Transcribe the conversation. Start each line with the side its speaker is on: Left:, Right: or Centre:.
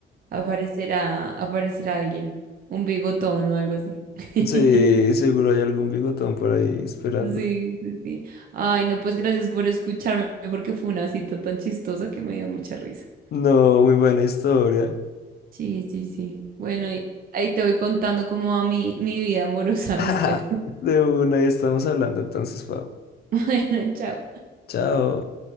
Right: aparecerá, aparecerá alguien, un bigotón o algo así. <laughs>
Left: Sí, seguro hay algún bigotón por ahí esperando.
Right: Sí, sí, sí. Ay, no, pues gracias por escucharme, porque fue una cita tan chistosa que me dio mucha risa.
Left: No, muy buena historia.
Right: Sí, sí, sí. Bueno, y ahí te voy contando cómo va mi, mi vida amorosa
Left: <laughs>
Right: después.
Left: De una, estamos hablando entonces, Pau.
Right: <laughs> Bueno, chao.
Left: Chao.